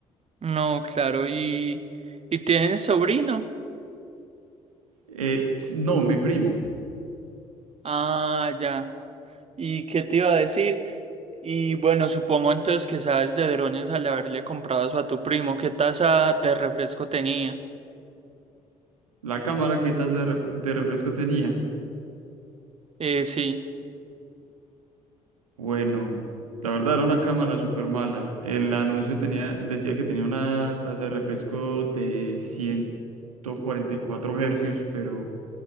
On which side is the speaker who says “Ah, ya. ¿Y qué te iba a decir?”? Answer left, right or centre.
Right